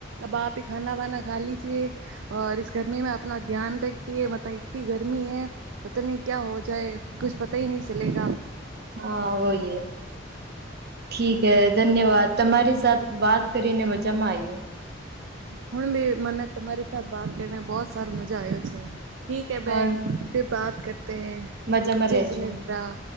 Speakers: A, on the right (about 70°); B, on the right (about 55°).
A: અબ આપે ખાના વનાા ખા લીજે અ ગરમી મે આપના ધ્યાન રાખએ મત ની ગરમી હૈ પતા નહી ક્યા હો જાય કછ પતા હ નહી ચલેગ
B: હા વહી ઠીક હ ધન્યવાદ તમારી સાથે વાત કરીને મજામાં આવ્યો
A: હણ બી મને તમારી સાથે વાત કરીને બહત સાર મજા આવ્યો છે. ઠીક હ બહેન
B: હા
A: ફર બાત કરતે હૈ
B: મજામાં
A: જય
B: રેજો.
A: જિનેન્દ્રા